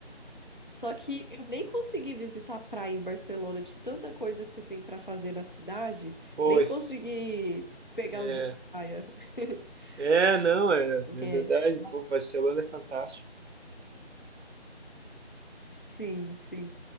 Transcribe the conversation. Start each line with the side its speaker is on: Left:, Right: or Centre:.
Left: Só que eu nem consegui visitar a praia em Barcelona de tanta coisa que você tem para fazer na cidade,
Right: Pois.
Left: nem consegui pegar
Right: é.
Left: um dia de praia. <laughs>
Right: É, não, é, é verdade,
Left: É, mas-
Right: pô, Barcelona é fantástico.
Left: sim, sim.